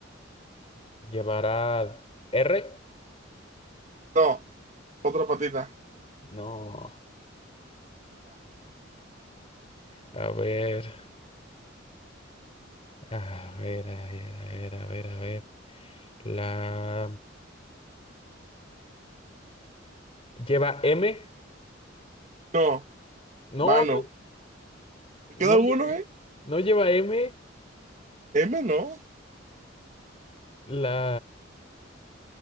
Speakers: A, on the left; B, on the right.
A: llevará R.
B: No, otra patita.
A: No. A ver, a ver, a ver, a ver, a ver, a ver. La lleva M.
B: <laughs> no,
A: No,
B: mano.
A: no,
B: ¿Te
A: no,
B: queda
A: lle-
B: uno, eh?
A: no lleva M.
B: M, no.
A: La